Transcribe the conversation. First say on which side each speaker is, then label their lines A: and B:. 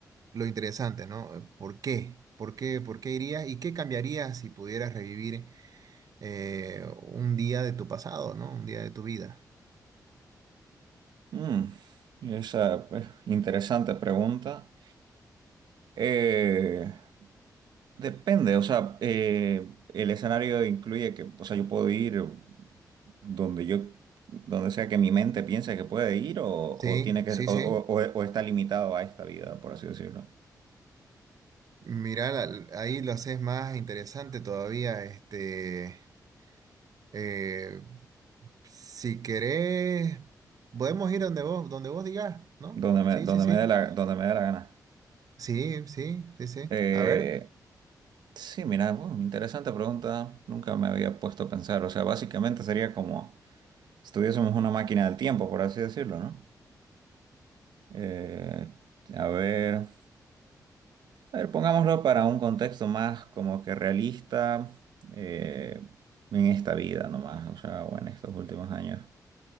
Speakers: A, on the right (about 55°); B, on the right (about 80°).
A: lo interesante, ¿no? ¿Por qué? ¿Por qué? ¿Por qué irías? ¿Y qué cambiarías si pudieras revivir eh, un día de tu pasado, ¿no? Un día de tu vida.
B: Mm, Esa eh, interesante pregunta. Eh, depende, o sea, eh, el escenario incluye que, o sea, yo puedo ir donde yo, donde sea que mi mente piense que puede ir o,
A: Sí,
B: o tiene que,
A: sí,
B: o,
A: sí.
B: o- o- o está limitado a esta vida, por así decirlo.
A: Mira, la- ahí lo haces más interesante todavía. Este, eh, si querés, podemos ir donde vos, donde vos digas, ¿no?
B: Donde me,
A: Sí,
B: donde
A: sí, sí.
B: me dé la, donde me dé la gana.
A: Sí, sí, sí, sí.
B: Eh,
A: A ver,
B: sí, mira, bueno, interesante pregunta. Nunca me había puesto a pensar. O sea, básicamente sería como estuviésemos una máquina del tiempo, por así decirlo, ¿no? Eh, a ver, a ver, pongámoslo para un contexto más como que realista eh, en esta vida nomás, o sea, o en estos últimos años.